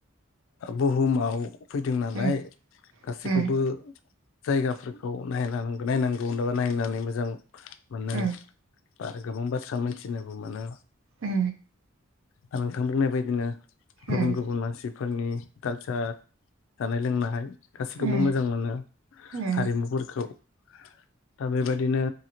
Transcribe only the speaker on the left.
बुहुमाव फैदों नालाय
गासैखौबो
जायगाफोरखौ नायना नायनांगौ होनाबा नायनानै मोजां मोनो
आरो गोबां बाथ्रा मोनथिनोबो मोनो।
आरो नोंथां बुंनाय बायदिनो गुबुन
गुबुन मानसि फोरनि कालसार जानाय लोंनाय गासिखौबो
मोजां मोनो
हारिमुफोरखौ। दा बेबायदिनो